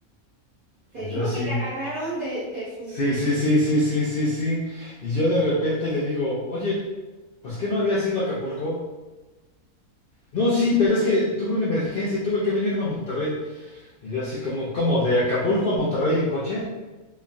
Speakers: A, on the right; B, on the left.
A: Te
B: Y
A: digo
B: yo así,
A: que te agarraron de, de su...
B: sí, sí, sí, sí, sí, sí, sí. Y yo de repente le digo, oye, pues que no había sido Acapulco. No, sí, pero es que tuve una emergencia y tuve que venirme a Monterrey. Y yo así como, ¿cómo? ¿De Acapulco a Monterrey en coche?